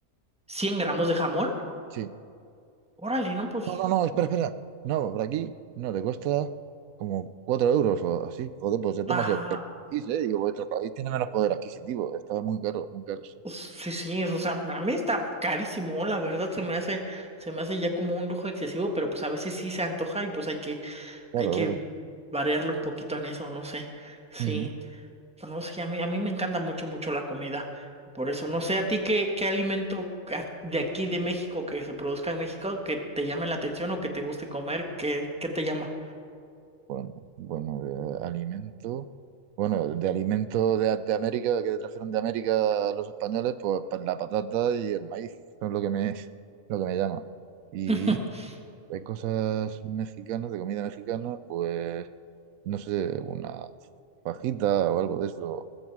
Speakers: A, in the centre; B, on the right.
A: cien gramos de jamón.
B: Sí.
A: Órale, no, pues.
B: No, no, no, espera,
A: mm,
B: espera. No, por aquí no, te cuesta como 4 euros o así. Joder, pues es demasiado
A: Ah,
B: caro. este país, ¿eh? Digo, vuestro país tiene menos poder adquisitivo. Está muy caro, muy caro, sí.
A: pues, sí, sí, o sea, a mí está carísimo, la verdad se me hace, se me hace ya como un lujo excesivo, pero pues a veces sí se antoja y pues hay que,
B: Claro,
A: hay que
B: claro.
A: variarle un poquito en eso, no sé. Sí,
B: Ujú.
A: pues, no sé, a mí, a mí me encanta mucho, mucho la comida. Por eso, no sé, a ti qué, qué alimento a- de aquí de México que se produzca en México que te llame la atención o que te guste comer, que, qué qué te llama.
B: Bueno, bueno, de alimento. Bueno, de alimento de, de América, que trajeron de América los españoles, pues pa- la patata y el maíz son lo que me, lo que me llama. Y
A: <laughs>
B: de cosas mexicanas, de comida mexicana, pues no sé, una fajita o algo de eso